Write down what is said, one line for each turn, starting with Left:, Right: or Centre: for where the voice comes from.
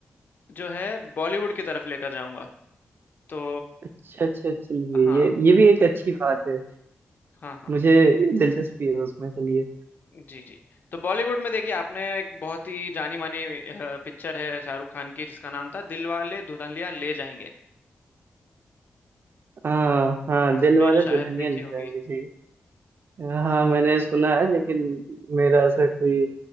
Left: जो है बॉलीवुड की तरफ लेकर जाऊंगा तो
Right: अच्छा अच्छा चलिए
Left: हाँ
Right: ये ये भी एक अच्छी बात है
Left: हाँ हाँ
Right: मुझे दिलचस्पी है उसमें चलिए
Left: जी जी तो बॉलीवुड में देखिए आपने एक बहुत ही जानी मानी पिक्चर है शाहरुख खान की जिसका नाम था दिलवाले दुल्हनिया ले जाएंगे
Right: हाँ हाँ
Left: आपने
Right: दिल वाले
Left: शायद
Right: दुल्हनिया
Left: देखी
Right: ले
Left: होगी
Right: जाएंगे जी हाँ मैंने सुना है लेकिन मेरा ऐसा कोई